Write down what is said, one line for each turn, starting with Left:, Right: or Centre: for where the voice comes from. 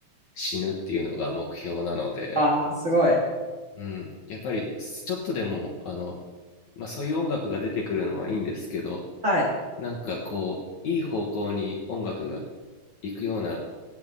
Left: 死ぬっていうのが目標なので、
Right: ああ、すごい。
Left: うん、やっぱりちょっとでもあの、まあ、そういう音楽が出てくるのはいいんですけど
Right: はい。
Left: なんかこういい方向に音楽が行くような